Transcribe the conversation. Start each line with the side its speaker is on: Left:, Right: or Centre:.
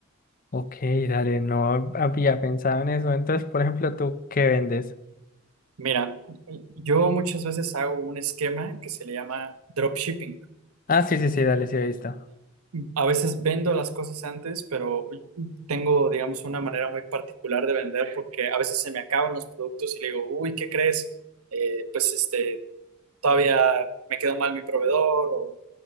Left: Ok, dale, no había pensado en eso. Entonces, por ejemplo, ¿tú qué vendes?
Right: Mira, yo muchas veces hago un esquema que se le llama dropshipping.
Left: Ah, sí, sí, sí, dale, sí, he visto.
Right: A veces vendo las cosas antes, pero tengo, digamos, una manera muy particular de vender porque a veces se me acaban los productos y le digo, uy, ¿qué crees? Eh, pues este, todavía me quedó mal mi proveedor